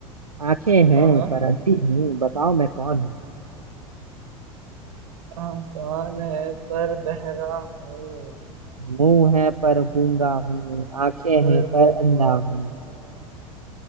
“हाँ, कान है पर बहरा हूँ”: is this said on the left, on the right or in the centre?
Right